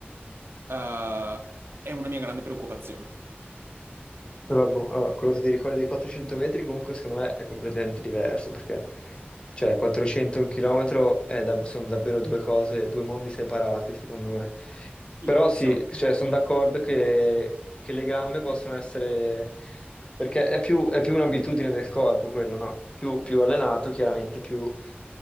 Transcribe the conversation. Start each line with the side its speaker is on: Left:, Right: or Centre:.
Right: eh, è una mia grande preoccupazione.
Left: Però boh, allora, quello che ti ricordi dei 400 metri comunque secondo me è completamente diverso perché cioè 400 e un chilometro è da- sono davvero due cose, due mondi separati secondo me.
Right: Sì.
Left: Però sì,
Right: Siamo... d'accordo.
Left: cioè, sono d'accordo che, che le gambe possono essere... perché è più, è più un'abitudine del corpo quello, no? Più, più allenato chiaramente, più,